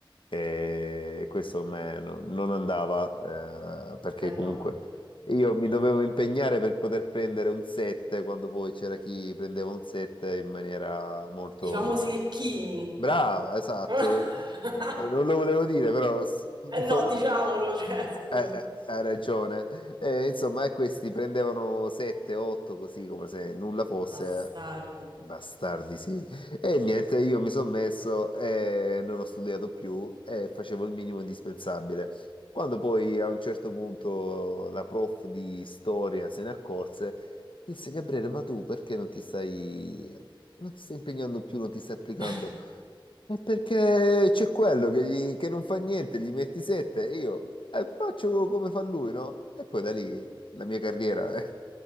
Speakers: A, on the left (about 70°); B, on the right (about 55°).
A: e questo a me no- non andava, eh, perché
B: eh no,
A: comunque io mi dovevo impegnare per poter prendere un 7 quando poi c'era chi prendeva un 7 in maniera molto
B: i famosi lecchini.
A: Brava, esatto.
B: <laughs>
A: Eh, non lo volevo dire, però s-
B: Eh
A: i
B: no,
A: famu-
B: diciamolo, cioè, scusa.
A: eh, eh, hai ragione. Eh, insomma, e questi prendevano 7, 8 così come se nulla fosse.
B: Bastardi.
A: eh. Bastardi, sì. E niente, io mi sono messo e non ho studiato più e facevo il minimo indispensabile. Quando poi a un certo punto la prof di storia se ne accorse, disse: Gabriele, ma tu perché non ti stai, non ti stai impegnando più, non ti stai applicando?
B: <laughs>
A: È perché c'è quello che, gli- che non fa niente, gli metti sette e io eh, faccio come fa lui, no? E poi da lì la mia carriera <laughs> è,